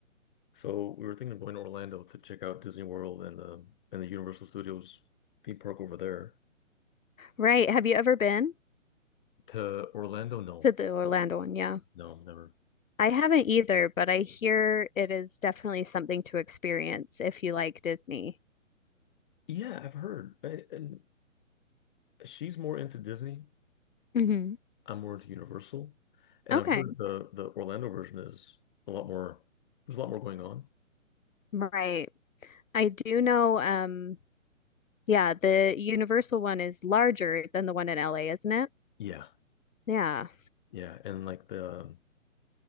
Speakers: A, on the left; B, on the left.
A: So we were thinking of going to Orlando to check out Disney World and the and the Universal Studios theme park over there.
B: Right. Have you ever been
A: To Orlando, no,
B: to the Orlando one? Yeah.
A: no, never.
B: I haven't either, but I hear it is definitely something to experience if you like Disney.
A: Yeah, I've heard. And, and she's more into Disney.
B: hmm
A: I'm more into Universal. And
B: Okay.
A: I've heard the the Orlando version is a lot more. There's a lot more going on.
B: Right. I do know um Yeah, the Universal one is larger than the one in LA, isn't it?
A: Yeah,
B: Yeah.
A: yeah, and like the um,